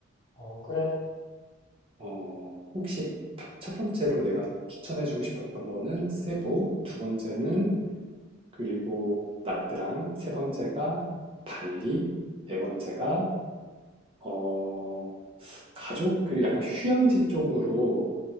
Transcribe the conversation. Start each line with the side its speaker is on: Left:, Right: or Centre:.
Left: 어, 그래.
Right: 어, 혹시 다- 첫 번째로 내가 추천해주고 싶었던 거는 세부, 두 번째는
Left: 어,
Right: 그리고 나트랑, 세 번째가 발리, 네 번째가 어, 가족, 그리고 약간 휴양지 쪽으로